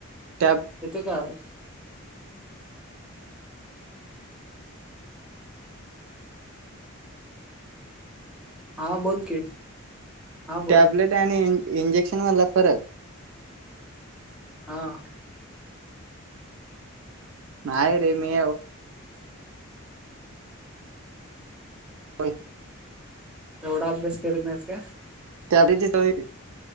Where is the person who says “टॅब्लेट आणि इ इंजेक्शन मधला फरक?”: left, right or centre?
Right